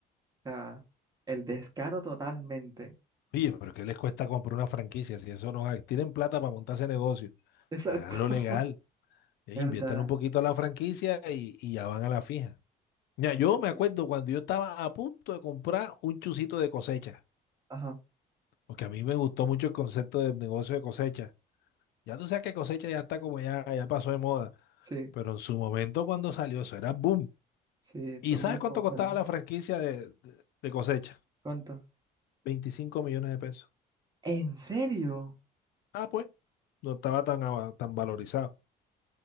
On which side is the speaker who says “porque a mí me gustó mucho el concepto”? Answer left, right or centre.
Left